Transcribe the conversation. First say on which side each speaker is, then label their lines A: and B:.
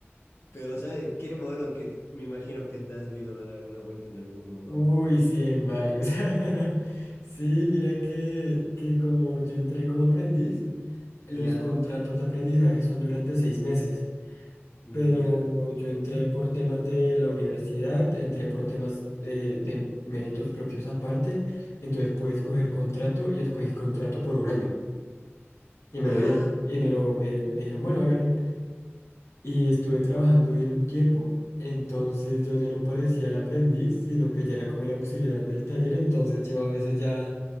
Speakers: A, on the left (about 70°); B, on the left (about 85°).
A: Pero, o sea, qué bueno que me imagino que te has debido dar alguna vuelta en alguno o no.
B: Uy, sí, en varios. <laughs> Sí, mira que, que como yo entré como aprendiz,
A: Ya,
B: los contratos de aprendizaje son durante seis meses,
A: mm,
B: pero
A: ya,
B: yo entré por temas de la universidad, entré por temas de, de méritos propios aparte, entonces pude
A: qué
B: escoger
A: bueno.
B: contrato y escogí contrato por un año. Y me
A: Ah,
B: lo dieron. Y me lo me, me dijeron, bueno, hágale. Y estuve trabajando bien un tiempo. Entonces yo ya no parecía el aprendiz, sino que ya era como el auxiliar del taller. Entonces yo a veces ya